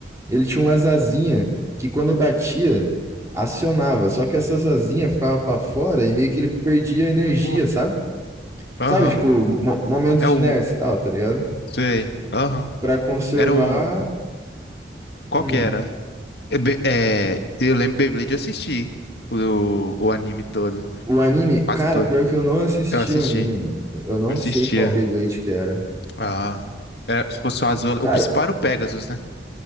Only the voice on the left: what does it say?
Pô,
Aham,
é
o,
sei, aham.
Era o, qual
que era? É, Be- é, eu lembro Beyblade, eu assisti o, o anime todo,
quase
todo.
Eu assisti,
eu assistia.
Ah, é, se fosse o azul,
o principal era o Pegasus, né?